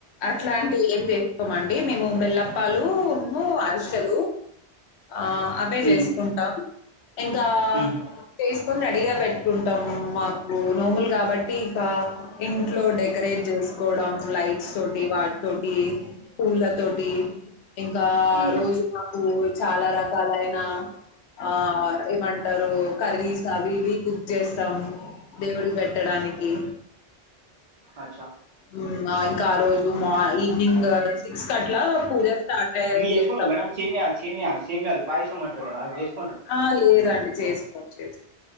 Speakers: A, on the left; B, on the right.
A: అట్లా అంటే ఏం లేవ్ కోమండి మేము బెల్లప్పాలు ఉము అరిసెలు ఆ అవే
B: ఉమ్
A: చేసుకుంటాం ఇంకా
B: ఉహు
A: చెస్ కొని రెడీగా పెట్టుకుంటాం మాకు నోములు కాబట్టి ఇంకా ఇంట్లో డెకరేట్ చే కోవడం లైట్స్ తోటి వాటి తోటి పూల తోటి ఇంకా
B: ఉమ్
A: రోజు మాకు ట కాలయినా ఆ ఏమంటారు కర్రీస్ అవి ఇవి కుక్ చేస్తాం దేవుడి పెట్టడానికి
B: అచ్చా
A: ఉమ్ ఇంకా ఆ రోజు మా ఈవినింగ్ సిక్స్ అట్లా పూజ స్టార్ట్ అయ్యే
B: ఇవి చేసుకుంటారా
A: చేస్తాం
B: మేడం
A: అండి
B: సేమియా సేమియా సీమియాలు పాయసం అంటారు కదా అది చెస్
A: ఆ లేదండి చేసుకోమ్ చేసుకోమ్